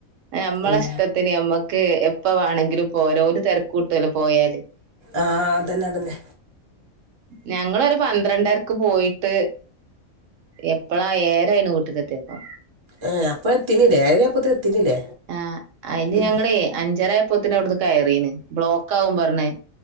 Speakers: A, on the right; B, on the right.
A: ഏ ഞമ്മള
B: ഉം
A: ഇഷ്ടത്തിന് നമ്മക്ക് എപ്പ വേണമെങ്കിലും പോരാ ഓല് തെരക്ക് കൂട്ടുല്ലോ പോയാല്.
B: ആഹ് അതന്നെ അതന്നെ.
A: ഞങ്ങള് ഒരു പന്ത്രണ്ടരക്ക് പോയിട്ട് എപ്പഴാ ഏയരയിന് വീട്ട്ക്ക് എത്തിയപ്പോ.
B: ഏഹ് അപ്പഴ് എത്തിന്ലേ എയരാ അയപ്പത്തന് എത്തിന്ലേ,
A: ആഹ് അയിന്
B: മ്
A: ഞങ്ങളേ അഞ്ചരായപ്പോത്തിന് അവിടുന്ന് കയറീന് ബ്ലോക്ക് ആവും പറഞ്ഞ്.